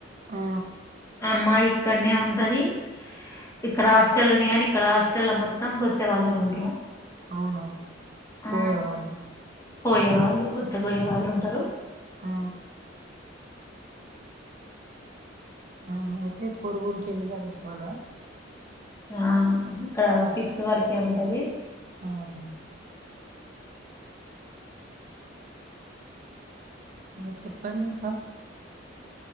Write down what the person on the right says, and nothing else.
ఆ ఆ!
అవును
కోయవాళ్ళు
ఆ అ అయితే పోరుగూరుకి వెళ్లి చదుకోవాల
ఆహో ఇంకా చెప్పండి ఇంకా